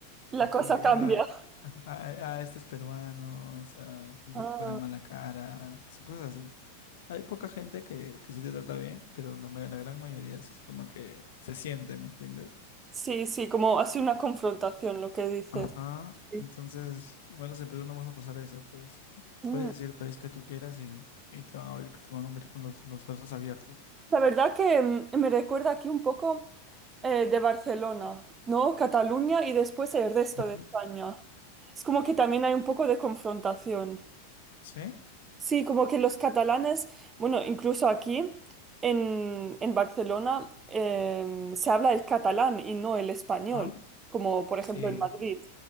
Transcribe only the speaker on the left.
es
como que,
ah, <laughs> ah, ah, este es peruano, o sea, es como
que te ponen mala cara, son cosas así. Hay poca gente que, que sí te trata bien, pero la, ma- la gran mayoría sí es como que se siente, ¿me entiendes?
Ajá,
entonces, al menos en Perú no vas a pasar eso, pues
puedes decir el país que tú quieras y, y te van a abrir, te van a abrir con los, los brazos abiertos.
Ujú.
¿Sí?
¿Ah?
Sí,